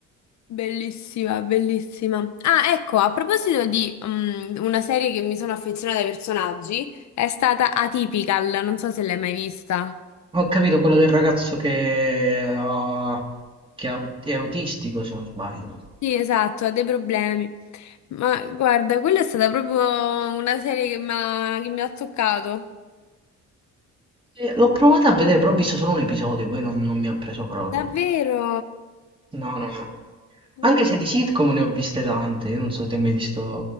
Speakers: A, on the left; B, on the right.
A: bellissima, bellissima. Ah, ecco, a proposito di mm, una serie che mi sono affezionata ai personaggi, è stata Atypical, non so se l'hai mai vista.
B: Ho capito quello del ragazzo che, ha- che ha- è autistico, se non sbaglio.
A: Sì, esatto, ha dei problemi. Ma guarda, quella è stata proprio una serie che mi ha, che mi ha toccato.
B: Eh, L'ho provato a vedere, però ho visto solo un episodio, poi non, non mi ha preso proprio.
A: Davvero?
B: No, no, no.
A: Mm.
B: Anche se di sitcom ne ho viste tante, io non so se ti hai mai visto